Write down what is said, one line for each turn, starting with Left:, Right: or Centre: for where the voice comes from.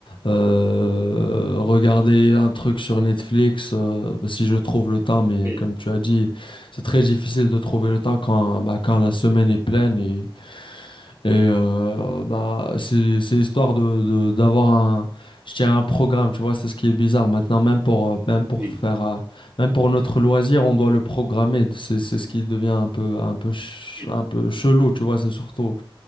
Left: euh, regarder un truc sur Netflix euh, si je trouve le temps. Mais
Right: oui,
Left: comme tu as dit, c'est très difficile de trouver le temps quand, bah, quand la semaine est pleine et. Et euh, bah, c'est c'est histoire de, de- d'avoir un, je dirais un programme, tu vois, c'est ce qui est bizarre. Maintenant, même pour, euh, même pour
Right: oui,
Left: faire, euh, même pour notre loisir, on doit le programmer. C'est c'est ce qui devient un peu, un peu, ch-
Right: oui.
Left: un peu chelou, tu vois, c'est surtout,